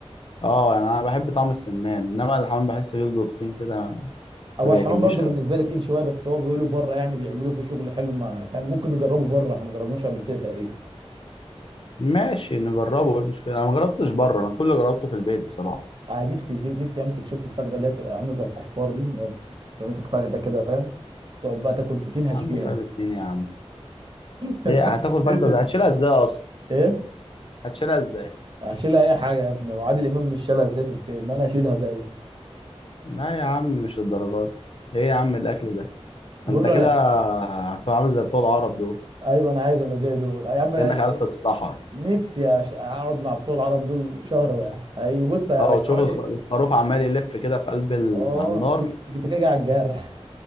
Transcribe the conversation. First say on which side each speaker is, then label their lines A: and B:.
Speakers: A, on the left; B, on the right.
A: اه يعني انا بحب طعم السمان انما الحمام بحس جلده تخين كده
B: هو
A: ما بيعجبنيش
B: الحمام برضو
A: قوي
B: بالنسبه لي تقيل شويه بس هو بيقولوا بره يعني بيعملوا فيه شغل حلو ما فاهم ممكن نجربه بره احنا ما جربناش قبل كده تقريبا
A: ماشي نجربه ايه المشكله انا ما جربتش بره انا كل اللي جربته في البيت بصراحه
B: آه نفسي جي... نفسي امسك شفت الفخده اللي هي بتبقى عامله زي الكفار دي إن هي بتبقى ماسك فخده كده فاهم تقعد بقى تاكل في... تنهش
A: يا عم
B: فيها
A: فايدة
B: دي
A: اتنين يا عم
B: <laughs>
A: ليه هتاكل
B: نفسي
A: فايدة ازاي
B: في-
A: هتشيلها ازاي اصلا
B: ايه
A: هتشيلها ازاي
B: اشيلها اي حاجه يا ابني وعادل امام مش شالها ازاي في الفيلم انا اشيلها زي
A: لا يا عم مش الدرجات دي ايه يا عم الاكل ده
B: بقول
A: انت
B: له
A: كده
B: انا
A: هتبقى عامل زي بتوع العرب دول
B: ايوه انا عايز ابقى زي دول يا عم انا
A: كانك
B: عايز
A: قاعد
B: أي-
A: في الصحراء
B: نفسي أش... اقعد مع بتوع العرب دول شهر واحد اي بص هيرجعوني
A: اه وتشوف الخ- الخروف عمال يلف كده في قلب ال...
B: اه
A: على النار
B: تيجي تيجي تيجي على الجرح